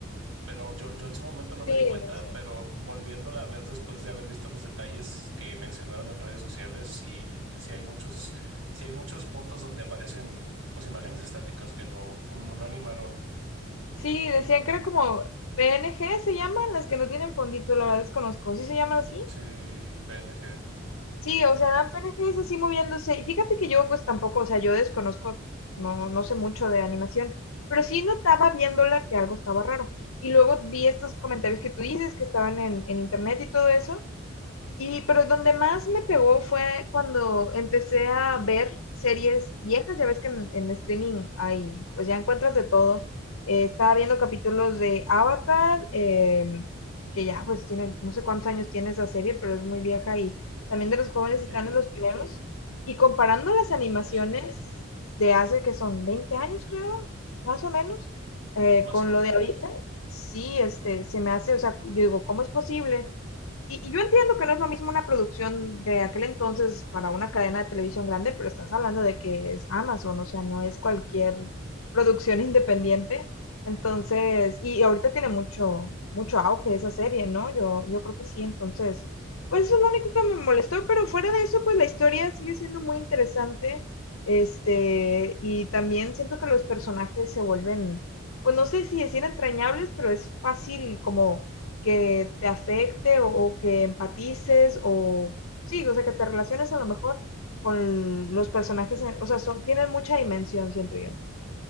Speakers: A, on the right; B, on the left.
A: pero yo, yo en su momento no me
B: Sí,
A: di cuenta,
B: sí.
A: pero volviéndola a ver después de haber visto los detalles que mencionaron en redes sociales, y sí hay muchos, sí hay muchos puntos donde aparecen pues imágenes estáticas que no, como no animaron.
B: Sí, decían que eran como PNG se llaman, las que no tienen fondito, la verdad desconozco, ¿sí se llaman así?
A: Sí, PNG,
B: Sí, o sea, dan personajes así moviéndose. Y fíjate que yo, pues tampoco, o sea, yo desconozco, no, no sé mucho de animación, pero sí notaba viéndola que algo estaba raro. Y luego vi estos comentarios que tú dices que estaban en, en internet y todo eso, y, pero donde más me pegó fue cuando empecé a ver series viejas. Ya ves que en, en streaming hay, pues ya encuentras de todo. Eh, estaba viendo capítulos de Avatar, em, que ya pues tiene, no sé cuántos años tiene esa serie, pero es muy vieja. Y también de los jóvenes titanes,
A: eh,
B: los primeros. Y comparando las animaciones
A: no sí
B: de hace que son 20 años, creo, más o menos, eh,
A: más
B: con
A: o menos.
B: lo de ahorita, sí, este, se me hace, o sea, yo digo, ¿cómo es posible? Y, y yo entiendo que no es lo mismo una producción de aquel entonces para una cadena de televisión grande, pero estás hablando de que es Amazon, o sea, no es cualquier producción <laughs> independiente. Entonces, y ahorita tiene mucho, mucho auge esa serie, ¿no? Yo, yo creo que sí, entonces, pues eso es lo único que me molestó, pero fuera de eso, pues la historia sigue siendo muy interesante, este, y también siento que los personajes se vuelven, pues no sé si decir entrañables, pero es fácil como que te afecte o, o que empatices o sí, o sea, que te relaciones a lo mejor con los personajes, en- o sea, son, tienen mucha dimensión, siento yo.